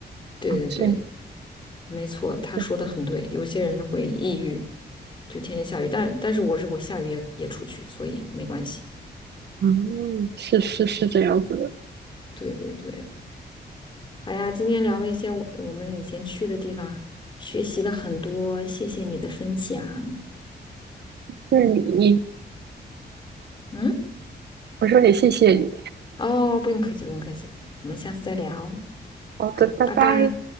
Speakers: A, on the left; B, on the right.
A: 对对对，
B: 啊这样，
A: 没错，他说的很对。
B: 对，
A: 有些人会抑郁，就天天下雨，但但是我是我下雨也也出去，所以没关系。
B: 嗯，是是是这样子的。
A: 对对对，好呀，今天聊了一些我我们以前去的地方，学习了很多，谢谢你的分享。
B: 那你，
A: 嗯。
B: 我说也谢谢你。
A: 哦，不用客气，不用客气，我们下次再聊。
B: 好的，
A: 好，
B: 拜拜。
A: 拜拜。